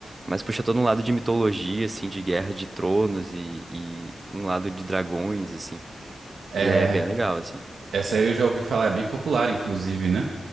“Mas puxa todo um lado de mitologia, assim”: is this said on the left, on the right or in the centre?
Right